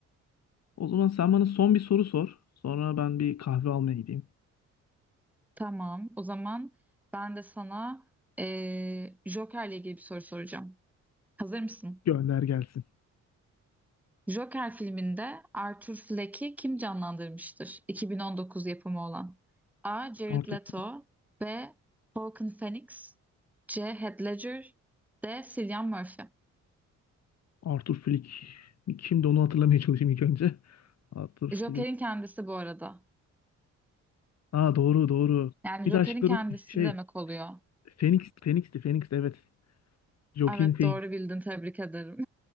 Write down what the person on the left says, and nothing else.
O zaman sen bana son bir soru sor. Sonra ben bir kahve almaya gideyim.
Gönder gelsin.
Arthur
Flick.
Arthur Flick. Kimdi onu hatırlamaya çalışayım ilk önce. Arthur Flick.
Aa doğru doğru.
Bir
de aşkları
şey
Phoenix Phoenix'ti Phoenix evet. Joaquin
Phoenix.